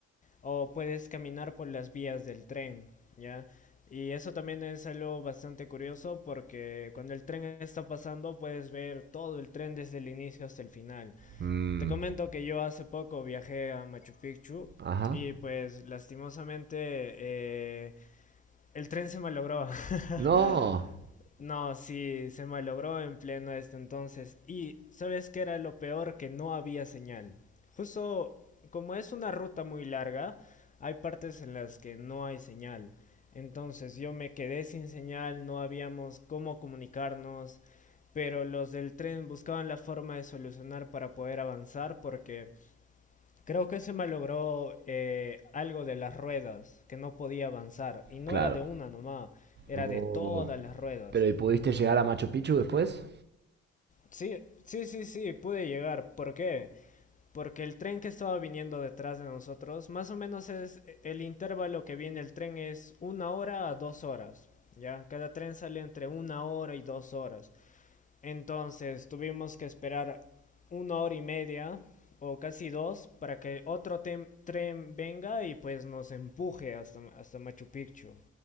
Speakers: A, on the left; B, on the right.
A: o puedes caminar por las vías del tren, ¿ya? Y eso también es algo bastante curioso porque cuando el tren está pasando puedes ver todo el tren desde el inicio hasta el final.
B: Mm,
A: Te comento que yo hace poco viajé a Machu Picchu
B: ajá.
A: y pues lastimosamente eh, el tren se malogró. <laughs>
B: No,
A: No, sí, se malogró en pleno este entonces. Y sabes que era lo peor que no había señal. Justo como es una ruta muy larga, hay partes en las que no hay señal. Entonces yo me quedé sin señal, no habíamos cómo comunicarnos, pero los del tren buscaban la forma de solucionar para poder avanzar porque Creo que se me logró eh, algo de las ruedas, que no podía avanzar. Y no
B: claro.
A: era de una nomás, era
B: Oh.
A: de todas las ruedas.
B: Pero ¿y pudiste llegar a Machu Picchu después?
A: Sí, sí, sí, sí, pude llegar. ¿Por qué? Porque el tren que estaba viniendo detrás de nosotros, más o menos es el intervalo que viene el tren es una hora a dos horas. ¿Ya? Cada tren sale entre una hora y dos horas. Entonces tuvimos que esperar una hora y media o casi dos para que otro tren venga y pues nos empuje hasta, hasta Machu Picchu.